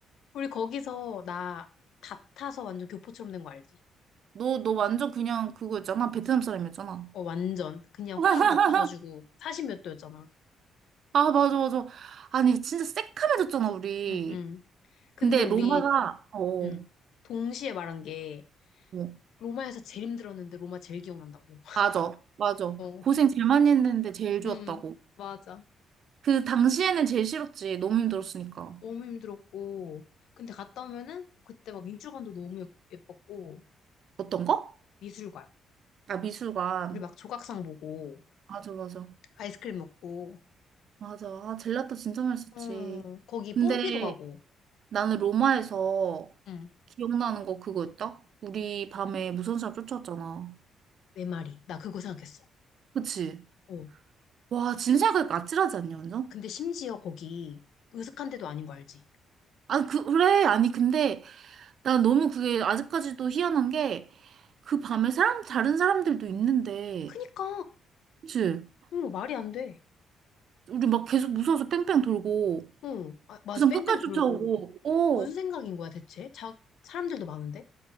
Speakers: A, on the left; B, on the right.
A: 우리 거기서 나 다 타서 완전 교포처럼 된 거 알지?
B: 너, 너 완전 그냥 그거였잖아. 베트남 사람이었잖아.
A: 어, 완전. 그냥
B: <laughs>
A: 홀랑 다 따가지고 사십 몇 도였잖아.
B: 아, 맞아, 맞아. 아니, 진짜 새카매졌잖아, 우리.
A: 응, 응. 근데
B: 근데
A: 우리,
B: 로마가, 어,
A: 응. 동시에 말한 게,
B: 어,
A: 로마에서 제일 힘들었는데 로마 제일 기억난다고. <laughs>
B: 맞아, 맞아.
A: 어.
B: 고생 제일 많이 했는데 제일 좋았다고.
A: 음, 맞아.
B: 그 당시에는 제일 싫었지. 너무 힘들었으니까.
A: 너무 힘들었고. 근데 갔다 오면은 그때 막 미술관도 너무 예- 예뻤고.
B: 어떤 거?
A: 미술관.
B: 아, 미술관.
A: 우리 막 조각상 보고,
B: 맞아, 맞아.
A: 아이스크림 먹고,
B: 맞아. 아, 젤라또 진짜 맛있었지.
A: 어, 거기
B: 근데
A: 뽐삐도 가고,
B: 나는 로마에서
A: 응.
B: 기억나는 거 그거 있다? 우리 밤에 무서운 사람 쫓아왔잖아.
A: 내 말이. 나 그거 생각했어.
B: 그치?
A: 어.
B: 와, 지금 생각하니까 아찔하지 않냐, 완전?
A: 근데 심지어 거기 으슥한 데도 아닌 거 알지?
B: 아니, 그, 그래. 아니, 근데 난 너무 그게 아직까지도 희한한 게 그 밤에 사람, 다른 사람들도 있는데,
A: 그니까.
B: 그치?
A: 응, 말이 안 돼.
B: 우리 막 계속 무서워서 뺑뺑 돌고,
A: 응, 아, 맞아.
B: 그 사람
A: 뺑뺑
B: 끝까지
A: 돌고.
B: 쫓아오고, 어,
A: 무슨 생각인 거야, 대체? 자, 사람들도 많은데?